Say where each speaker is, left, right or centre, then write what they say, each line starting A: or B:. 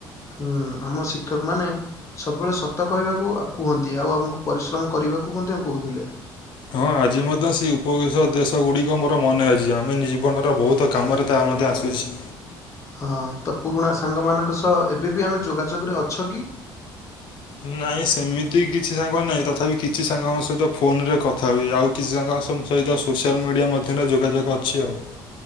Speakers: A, on the left (about 35°); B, on the left (about 65°).
A: ହୁଁ ଆମ ଶିକ୍ଷକ ମାନେ ସବୁବେଳେ ସତ କହିବାକୁ ଆଉ କୁହନ୍ତି ଆଉ ଆମକୁ ପରିଶ୍ରମ କରିବାକୁ ମଧ୍ୟ କହୁଥିଲେ।
B: ହଁ ଆଜି ମଧ୍ୟ ସେଇ ଉପବେଶ ଦେଶ ଗୁଡିକ ମୋର ମନେ ଅଛି ଆମେ ଜୀବନର ବହୁତ କାମରେ ତା ମଧ୍ୟ ଆସୁଝି।
A: ହଁ ତ ପୁରୁଣା ସାଙ୍ଗ ମାନଙ୍କ ସହ ଏବେ ବି ଆମେ ଯୋଗାଯୋଗରେ ଅଛ କି?
B: ନାଇଁ ସେମିତି କିଛି ସାଙ୍ଗ ନାଇଁ ତଥାପି କିଛି ସାଙ୍ଗଙ୍କ ସହିତ ଫୋନ ରେ କଥା ହୁଏ। ଆଉ କିଛି ସାଙ୍ଗ ତା ସମ୍ ସହିତ ସୋସିଆଲ ମିଡ଼ିଆ ମଧ୍ୟରେ ଯୋଗାଯୋଗ ଅଛି ଆଉ।